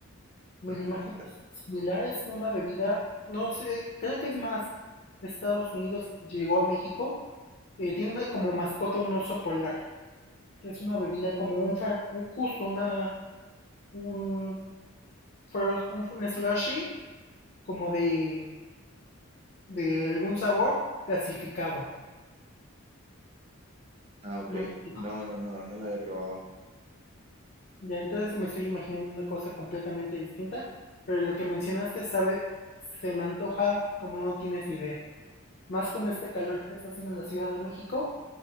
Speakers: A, on the left; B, on the right.
A: Me
B: Mm,
A: lo imagino similar, es una bebida, no sé, creo que es más, de Estados Unidos llegó a México, eh, tiene una- como mascota un oso polar, que es una bebida como un, fra- un- justo una, un, fro- un, un slushy, como de, de algún sabor gasificado.
B: ah, ok.
A: No sé,
B: No, no, no, no lo había probado.
A: ya entonces me estoy imaginando una cosa completamente distinta, pero lo que mencionaste, sabe, se me antoja como no tienes idea. más con este calor que está haciendo en la Ciudad de México,